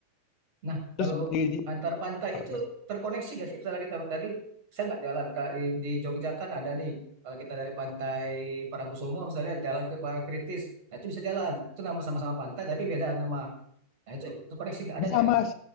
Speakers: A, on the right; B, on the left.
A: Nah,
B: Terus
A: kalau
B: di, di-
A: antar
B: di-
A: pantai
B: apa
A: itu
B: mas?
A: terkoneksi gak sih? Misalnya kita tadi, saya nggak jalan. Kalau Di, di Jogja kan ada nih, kalau kita dari pantai Parangkusumo misalnya jalan ke Parangkritis, nah itu bisa jalan. Itu nama sama-sama pantai, tapi beda nama. Nah itu terkoneksi nggak ada
B: Bisa
A: nggak ya?
B: mas,